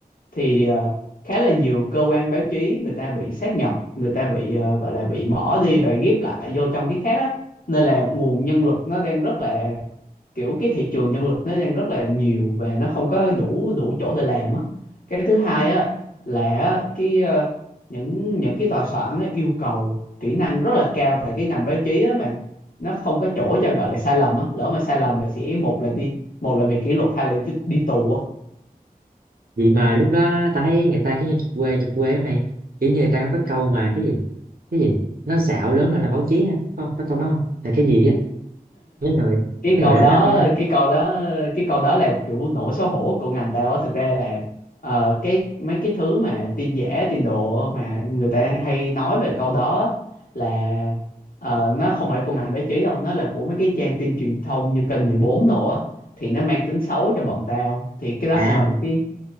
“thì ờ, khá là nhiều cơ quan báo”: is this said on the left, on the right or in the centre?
Left